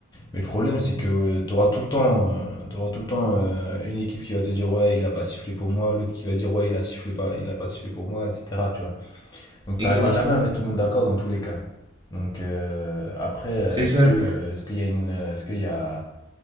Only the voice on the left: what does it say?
Mais le problème, c'est que tu auras tout le temps, euh, t'auras tout le temps euh, une équipe qui va te dire ouais, il a pas sifflé pour moi, l'autre qui va dire ouais, il a sifflé pas, il a pas sifflé pour moi, etc. Tu vois. Donc tu
n'arriveras jamais à mettre tout le monde d'accord dans tous les cas. Donc euh, après, euh,
est-ce
que euh, est-ce qu'il y a une, euh, est-ce qu'il y a,